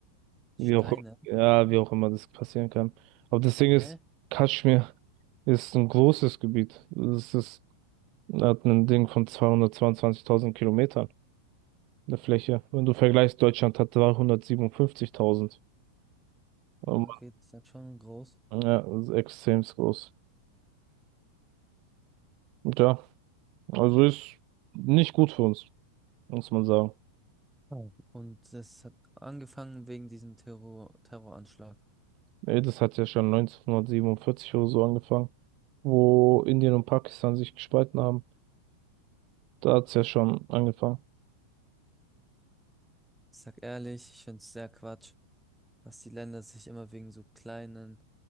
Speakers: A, in the centre; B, on the right.
A: Steine?
B: Wie auch, ja, wie auch immer das passieren kann. Aber das Ding
A: Hä?
B: ist, Kaschmir ist ein großes Gebiet. Es ist, hat ein Ding von 222.000 Kilometern, eine Fläche. Wenn du vergleichst, Deutschland hat 357.000.
A: Ja,
B: Ähm,
A: okay, das ist dann schon groß.
B: Ja, das ist extrem groß. Und ja, also ist nicht gut für uns, muss man sagen.
A: Oh. Und das hat angefangen wegen diesem Terror Terroranschlag.
B: Ey, das hat ja schon 1947 oder so angefangen, wo Indien und Pakistan sich gespalten haben. Da hat's ja schon angefangen.
A: Ich sag ehrlich, ich find's sehr Quatsch, dass die Länder sich immer wegen so kleinen